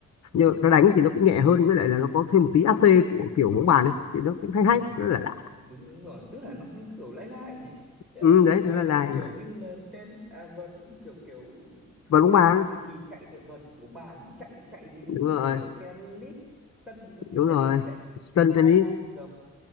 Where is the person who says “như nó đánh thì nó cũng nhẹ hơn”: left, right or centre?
Left